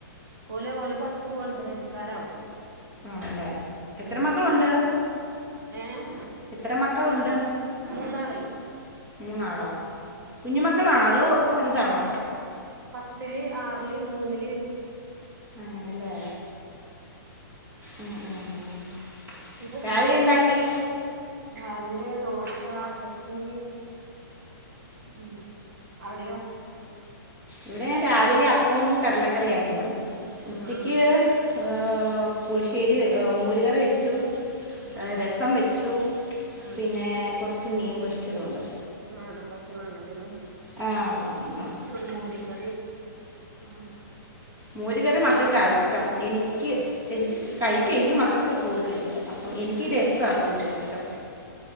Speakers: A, on the right; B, on the right.
A: ഓല് ഓലെ ബസ്സ് ഒൻപതെ മുക്കാലാവും
B: ആണല്ലേ എത്ര
A: ഉം
B: മക്കളുണ്ട്
A: ഏഹ്
B: എത്ര മക്കളുണ്ട്
A: മൂന്നാളെ
B: മൂന്നാളോ കുഞ്ഞ് മക്കളാണോ അതോ വലുതാണോ
A: പത്തില്ല് ആറില് മൂന്നില്
B: പ്പങ്ങനെല്ലേ ഉം ഉം
A: ഇത്
B: രാവിലെ
A: ആടെ കൊടുത്തിട്ട്
B: എന്താക്കി
A: രാവിലെ ദോശ ചട്ടിണി ഉം അവിടെയോ
B: ഇവിടെ രാവിലെ അപ്പവും കടലക്കറിയായിരുന്നു
A: ആഹ്
B: ഉച്ചക്ക്
A: ആഹ്
B: ഹ് ഹ് പുളിശ്ശേരി മൂരുകറി വെച്ചു
A: ഉം
B: എഹ് രസം വെച്ചു
A: ആഹ്
B: പിന്നെ കുറച്ച് മീൻ പൊരിച്ചതൊണ്ട്
A: നാടൻ ഭക്ഷണം ആണല്ലേ ഇന്ന്
B: ആഹ് ഇന്ന്
A: മോരും കറി ഉം
B: മൂരി
A: പിന്നെ
B: കറി മക്കൾക്കാ ഇഷ്ടം എനിക്ക്
A: ആഹ്
B: എനിക്ക് കഴിക്കുമെങ്കിലും മക്കൾക്കാ കുടുതലും ഇഷ്ടം അഹ് എനിക്ക്
A: ആഹ്
B: രസാ കൂടുതൽ ഇഷ്ടം